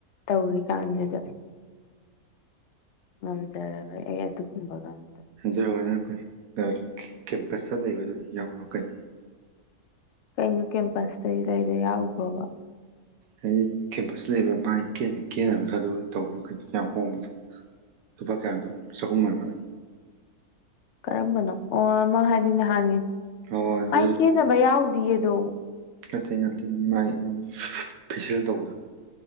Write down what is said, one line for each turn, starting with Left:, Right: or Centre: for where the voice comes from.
Left: ꯇꯧꯔꯤꯀꯥꯟꯁꯤꯗ ꯉꯝꯖꯔꯔꯣꯏ ꯑꯩ ꯑꯗꯨꯒꯨꯝꯕꯒ ꯑꯝꯇ
Right: ꯑꯗꯨꯅ ꯑꯩꯈꯣꯏ ꯀꯦꯝꯄꯁꯇ ꯂꯩꯕꯗꯨ ꯌꯥꯎꯔꯣ ꯀꯩꯅꯣ
Left: ꯀꯩꯅꯣ ꯀꯦꯝꯄꯁꯇꯒꯤ ꯂꯩꯔꯦ ꯌꯥꯎꯈꯣꯕ
Right: ꯑꯩ ꯀꯦꯝꯄꯁ ꯂꯩꯕ ꯃꯥꯥꯏ ꯀꯦꯕꯗ ꯑꯗꯨ ꯑꯣꯏꯅ ꯇꯧꯕ ꯌꯥꯝ ꯍꯣꯡꯕꯗꯣ ꯂꯨꯕ ꯀꯥꯟꯗꯣ ꯆꯍꯨꯝ ꯑꯃꯕꯥ
Left: ꯀꯔꯝꯕꯅꯣ ꯑꯣ ꯃꯥ ꯍꯥꯏꯗꯤ ꯅꯍꯥꯟꯒꯤ
Right: ꯍꯣꯏ ꯍꯣꯏ
Left: ꯑꯩ ꯀꯦꯅꯕ ꯌꯥꯎꯗ ꯑꯗꯣ
Right: ꯉꯇꯩ ꯉꯇꯦ ꯃꯥꯏ ꯐꯦꯁꯤꯦꯜ ꯇꯧꯕꯗꯣ